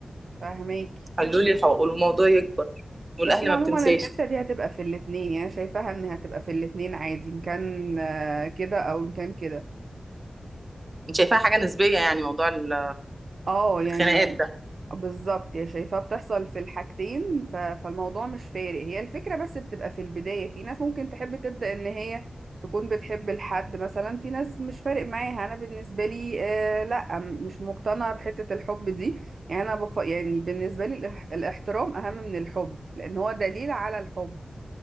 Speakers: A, on the right; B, on the right.
A: فاهماكي
B: حلوا لي الحقوق والموضوع يكبر والاهل
A: بس هي عموما
B: ما بتنساش
A: الحتة دي هتبقى في الاتنين يعني أنا شايفاها ان هتبقى في الاتنين عادي ان كان آه، كده او ان كان كده
B: انت شايفاها حاجه نسبيه يعني موضوع ال-
A: اه يعني
B: الخناقات ده
A: بالظبط يا شايفاه بتحصل في الحاجتين ف... فالموضوع مش فارق هي الفكرة بس بتبقى في البداية في ناس ممكن تحب تبدأ ان هي تكون بتحب الحد مثلا في ناس مش فارق معاها انا بالنسبة لي آه لا م- مش مقتنعة بحتة الحب دي يعني انا بف... يعني بالنسبة لي الاح... الاحترام اهم من الحب لان هو دليل على الحب